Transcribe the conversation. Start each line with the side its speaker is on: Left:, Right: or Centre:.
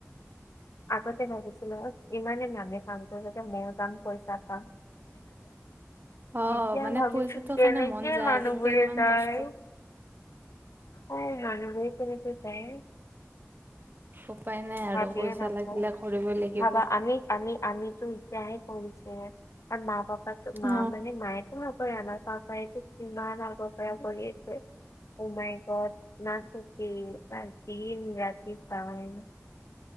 Left: আগতে ভাবিছিলো ইমানেই নেপাওঙ তো মইও যাম পইচা পাম।
Right: অ
Left: এতিয়া
Right: মানে
Left: ভাবিছো
Right: পইচাটোৰ
Left: কেনেকে
Right: কাৰণে মন যায়
Left: মানুহবোৰে
Right: কিন্তু ইমান
Left: যায়।
Right: কষ্ট
Left: অ মানুহবোৰে কেনেকে যায়।
Right: উপাই নাই। আৰু
Left: ভাবিয়ে
Right: পইচা
Left: নাপাওঁ
Right: লাগিলে কৰিব লাগিব
Left: ভাবা আমি আমি -আমিতো এতিয়াহে কওঁ যে কাৰন আৰু মাঁ পাপাতো মাঁ
Right: অ
Left: মানে মায়ে <unintelligible> আমাৰ পাপাই যে কিমান আগৰ পৰা কৰি আছে অহ মায় গদ। না চুটি না দিন, ৰাতি কাম <unintelligible>